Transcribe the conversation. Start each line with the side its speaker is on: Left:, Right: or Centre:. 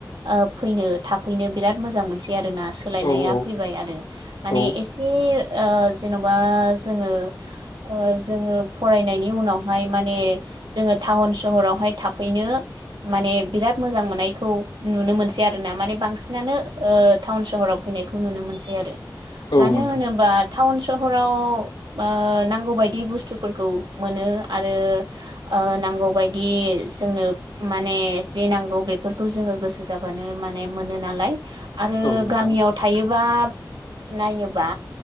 Right: ओ फैनो थाफैनो बिराद मोजां मोनसै। आरोना सोलायनाया
Left: औ औ
Right: फैबाय आरो माने
Left: औ
Right: एसे ओ जेन'बा जोङो ओ जोङो फरायनायनि उनावहाय माने जोङो टाउन सहरावहाय थाफैनो माने बिराद मोजां मोननायखौ नुनो मोनसै आरो ना माने बांसिनानो ओ टाउन सहराव फैनायखौ नुनो मो नसै आरो
Left: औ
Right: मानो
Left: नोंथां
Right: होनोबा टाउन सहराव बा नांगौ बायदि बुस्थुफोरखौ मोनो आरो ओ नांगौबायदि जोंनो माने जे नांगौ बेफोरखौ जोङो गोसो जाबानो माने मोनो नालाय। आरो
Left: औ नोंथां
Right: गामियाव थायोबा नायोबा